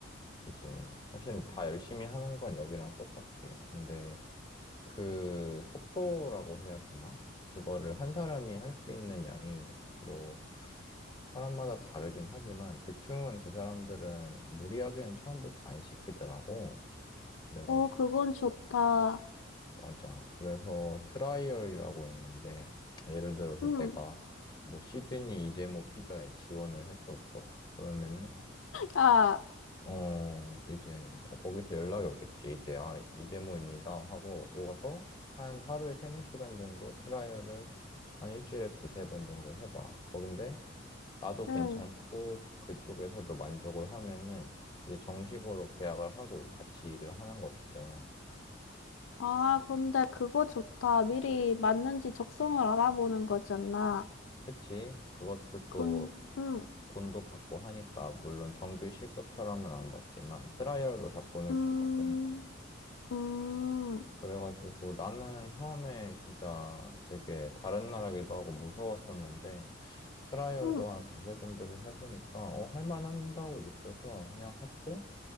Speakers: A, on the left; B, on the left.
A: 이제 사실은 다 열심히 하는 건 여기랑 똑같아. 근데 그 속도라고 해야 되나? 그거를 한 사람이 할 수 있는 양이 뭐 사람마다 다르긴 하지만 대충은 그 사람들은 무리하게는 처음부터 안 시키더라고. 그래가지고
B: 어 그건 좋다.
A: 맞아. 그래서 트라이얼이라고 있는데 예를 들어서
B: 응.
A: 내가 뭐 시드니 이재모 피자에 지원을 했었어. 그러면은
B: 아.
A: 어, 이제, 어, 거기서 연락이 오겠지. 이제, 아, 이재모입니다. 하고 오가서 한 하루에 세네 시간 정도 트라이얼을 한 일주일에 두세 번 정도 해봐. 거긴데, 나도
B: 응.
A: 괜찮고, 그쪽에서도 만족을 하면은, 이제 정식으로 계약을 하고 같이 일을 하는 거거든.
B: 아, 근데 그거 좋다. 미리 맞는지 적성을 알아보는 거잖아.
A: 그치? 그것도
B: 군,
A: 또,
B: 응.
A: 돈도 받고 하니까, 물론 정규 시급처럼은 안 받지만, 트라이얼도 다 돈을
B: 음,
A: 주거든.
B: 음,
A: 그래가지고 나는 처음에 진짜 되게 다른 나라기도 하고 무서웠었는데 트라이얼도
B: 음,
A: 한 두세 군데서 해보니까 어, 할만한다고 느껴서 그냥 했고